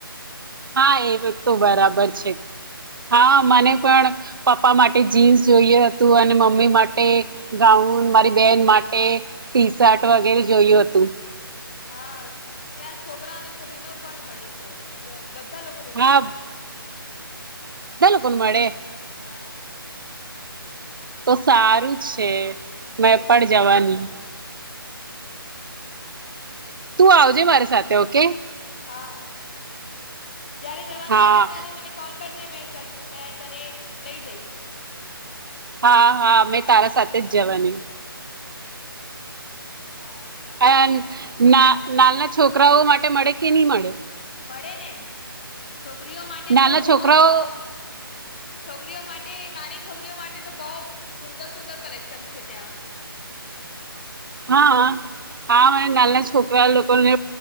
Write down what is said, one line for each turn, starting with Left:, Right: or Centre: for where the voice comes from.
Right: હા એ તો બરાબર છે. હા, મને પણ પપ્પા માટે જીન્સ જોયું હતું અને મમ્મી માટે ગાઉન મારી બેહન માટે ટી-શર્ટ વગેરે જોયું હતું.
Left: હા ત્યાં છોકરા અને છોકરીનો પણ મળે છે બધ બધા બધા લોકોનું
Right: હા
Left: મળે.
Right: કોનું મળે?
Left: હા.
Right: તો સારું છે મેં પણ જવાની. તું આવજે મારી સાથે ઓકે.
Left: હા જયારે જવાનું
Right: હા
Left: હોય ત્યારે મને કોલ કર જે મેં ચલ મેં તને લઈ જઈશ.
Right: હા હા મેં તારા સાથે જ જવાની.
Left: હા
Right: અયાન
Left: સારું
Right: ના નાલ છોકરાઓ માટે મળે કે ની મળે?
Left: મળે ને. છોકરીઓ માટે
Right: નાના
Left: તો બો
Right: છોકરાઓ
Left: બો છોકરીઓ માટ ટે નાની છોકરીઓ માટે તો બો સ સુંદર સુંદર કલેક્શન છે ત્યાં.
Right: હા હા હા મને નાહલા છોકરા લોકોને